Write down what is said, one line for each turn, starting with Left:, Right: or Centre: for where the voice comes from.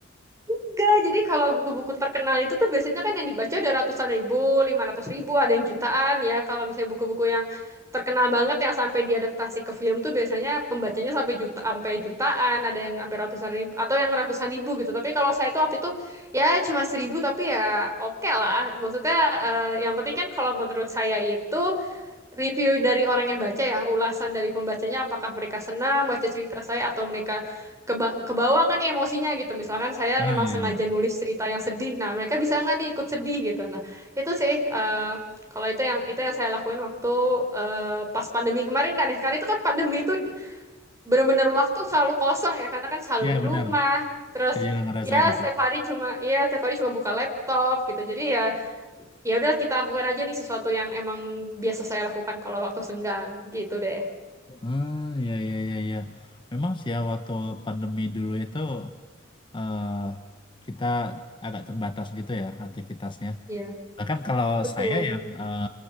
Right: Enggak, jadi kalau buku-buku terkenal itu tuh biasanya kan yang dibaca udah ratusan ribu, lima ratus ribu, ada yang jutaan ya. Kalau misalnya buku-buku yang terkenal banget yang sampai diadaptasi ke film tuh biasanya pembacanya sampai juta, sampai jutaan, ada yang sampai ratusan ribu atau yang ratusan ribu gitu. Tapi kalau saya itu waktu itu ya cuma seribu tapi ya oke lah. Maksudnya eh, yang penting kan kalau menurut saya itu review dari orang yang baca ya, ulasan dari pembacanya apakah mereka senang baca cerita saya atau mereka keba kebawa nggak nih emosinya gitu. Misalkan saya
Left: <laughs>
Right: emang
Left: oh iya
Right: sengaja
Left: iya
Right: nulis cerita yang sedih, nah mereka bisa nggak nih ikut sedih gitu. Nah itu sih eh, kalau itu yang itu yang saya lakuin waktu eh, pas pandemi kemarin kan ya, kan itu kan pandemi itu bener-bener waktu selalu kosong ya karena kan selalu
Left: ya
Right: di
Left: benar
Right: rumah terus
Left: saya juga ngerasain
Right: ya
Left: itu
Right: setiap hari cuma ya setiap hari cuma buka laptop gitu jadi ya ya udah kita lakukan aja nih sesuatu yang emang biasa saya lakukan kalau waktu senggang gitu deh
Left: <laughs> hmm iya iya iya iya memang sih ya waktu pandemi dulu itu eh kita agak terbatas gitu ya aktivitasnya
Right: Iya,
Left: bahkan kalau
Right: betul.
Left: saya yang eh,